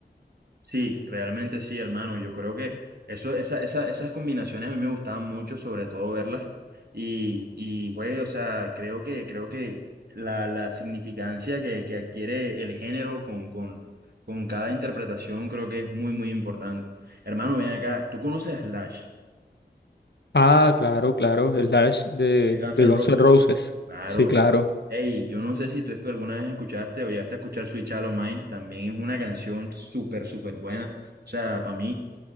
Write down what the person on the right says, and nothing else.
Sí, realmente sí, hermano. Yo creo que eso, esa, esa- esas combinaciones a mí me gustaban mucho, sobre todo verlas. Y, y güey, o sea, creo que, creo que la, la significancia que, que adquiere el género con, con, con cada interpretación creo que es muy, muy importante. Hermano, ven acá, ¿tú conoces a Slash,
de Guns
N'
Roses?
Claro.
Hey, yo no sé si tú escu- alguna vez escuchaste o llegaste a escuchar Sweet Child O' Mine, también es una canción súper, súper buena. O sea, para mí,